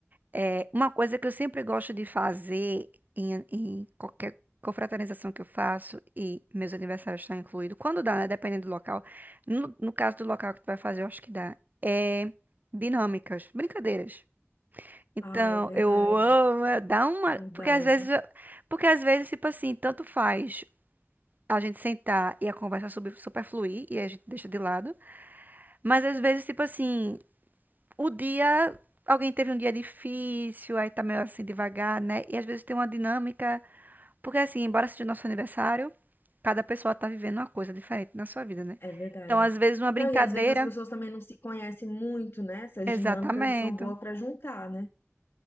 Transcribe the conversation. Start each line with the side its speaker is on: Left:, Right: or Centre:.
Right: É, uma coisa que eu sempre gosto de fazer em, em qualquer confraternização que eu faço, e meus aniversários estão incluídos, quando dá, né? Dependendo do local. No, no caso do local que tu vai fazer, eu acho que dá. É dinâmicas, brincadeiras. Então,
Left: Ah, é verdade,
Right: eu amo, é, dá uma.
Left: verdade,
Right: Porque às vezes, eu- porque às vezes, tipo assim, tanto faz a gente sentar e a conversa super, super fluir, e a gente deixa de lado. Mas às vezes, tipo assim o dia, alguém teve um dia difícil, aí tá meio assim devagar, né? E às vezes tem uma dinâmica, porque assim, embora seja nosso aniversário, cada pessoa tá vivendo uma coisa diferente na sua vida, né?
Left: é verdade.
Right: Então, às vezes uma brincadeira,
Left: Não, e às vezes as pessoas também não se conhecem muito, né? Essas
Right: exatamente.
Left: dinâmicas são boas para juntar, né?